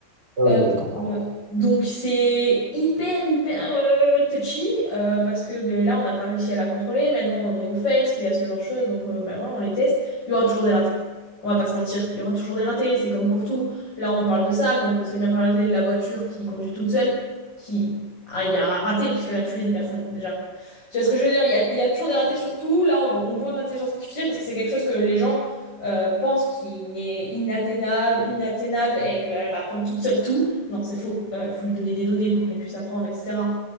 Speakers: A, on the right; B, on the left.
A: Ah
B: Euh,
A: oui, d'accord.
B: euh, donc c'est hyper hyper euh, touchy euh, parce que ben, là on n'a pas réussi à la contrôler. Maintenant on est au fait qu'il y a ce genre de choses, donc euh, ben, voilà on les teste. Il y aura toujours des ratés. On va pas se mentir, il y aura toujours des ratés. C'est comme pour tout. Là on parle de ça, mais on peut très bien parler de la voiture qui conduit toute seule, qui ah, il y a un raté puisqu'elle a tué des personnes déjà. Tu vois ce que je veux dire? Il y a, il y a toujours des ratés sur tout. Là on, on pointe l'intelligence artificielle parce que c'est quelque chose que les gens euh, pense qu'il est inatteignable, inatteignable et qu'elle va apprendre toute seule tout. Non, c'est faux. Il faut lui donner des données pour qu'elle puisse apprendre, etc.